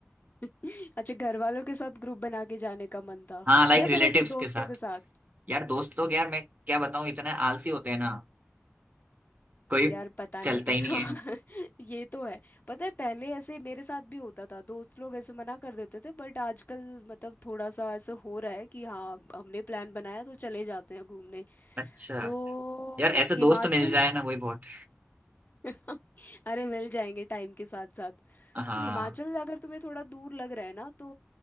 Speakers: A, on the left; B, on the right.
A: <laughs> अच्छा घर वालों के साथ ग्रुप बना के जाने का मन था
B: हाँ लाइक
A: या
B: रिलेटिव्स
A: फिर ऐसे
B: के
A: दोस्तों
B: साथ
A: के साथ
B: यार दोस्त लोग यार मैं क्या बताऊँ इतने आलसी होते हैं ना कोई
A: यार पता
B: चलता
A: नहीं
B: ही
A: <laughs>
B: नहीं
A: हाँ,
B: है
A: ये तो है पता है पहले ऐसे मेरे साथ भी होता था दोस्त लोग ऐसे मना कर देते थे बट आजकल मतलब थोड़ा सा ऐसे हो रहा है कि हाँ हमने प्लान बनाया तो चले जाते हैं घूमने
B: अच्छा
A: तो
B: यार ऐसे दोस्त
A: हिमाचल
B: तो मिल जाए ना वही बहुत
A: <laughs> अरे मिल जाएंगे टाइम के साथ साथ तो
B: हाँ
A: हिमाचल अगर तुम्हें थोड़ा दूर लग रहा है ना तो